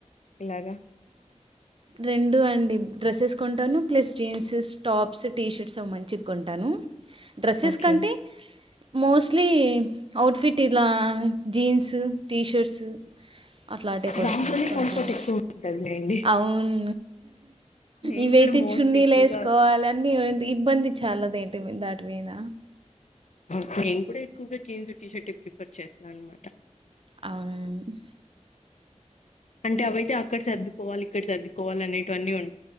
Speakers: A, on the left; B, on the right.
A: ఇలాగా
B: రెండూ అండి డ్రెస్సెస్ కొంటాను ప్లస్ జీన్సెస్ టాప్స్ టీ షర్ట్స్ అవి మంచివ్ కొంటాను డ్రెస్సెస్
A: ఓకే
B: కంటే మోస్ట్లీ ఔట్ఫిట్ ఇలా జీన్స్ టీ షర్ట్స్ అట్లాటి కొడుత్న
A: దాంట్లోనే
B: కొంటాను
A: కంఫర్ట్ ఎక్కువ ఉంటదిలేండి
B: అవున్
A: నేను
B: ఇవైతే
A: కూడా మోస్ట్లీ
B: చున్నీలేసుకోవాలని
A: ఎక్కువగా
B: డి ఇబ్బంది చాల దేంటి దాటి మీద
A: ఓకే నేను కూడా ఎక్కువగా జీన్స్ టీషర్ట్ ప్రిఫర్ చేస్తాను అనమాట
B: అవునా అండి
A: అంటే అవైతే అక్కడ సర్దుకోవాలి ఇక్కడ సర్దుకోవాలి అనేటువన్నీ ఉం